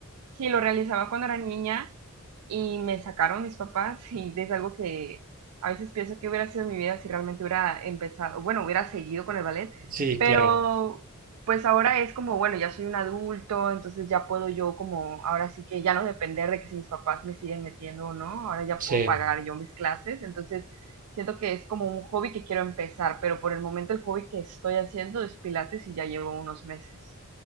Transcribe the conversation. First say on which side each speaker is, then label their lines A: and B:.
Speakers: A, on the right; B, on the right.
A: sí lo realizaba cuando era niña y me sacaron mis papás <laughs> y es algo que a veces pienso que hubiera sido mi vida si realmente hubiera empezado, bueno, hubiera seguido con el ballet,
B: Sí,
A: pero
B: claro.
A: pues ahora es como, bueno, ya soy un adulto, entonces ya puedo yo como, ahora sí que ya no depender de que si mis papás me siguen metiendo o no, ahora ya
B: Sí.
A: puedo pagar yo mis clases, entonces siento que es como un hobby que quiero empezar, pero por el momento el hobby que estoy haciendo es pilates y ya llevo unos meses.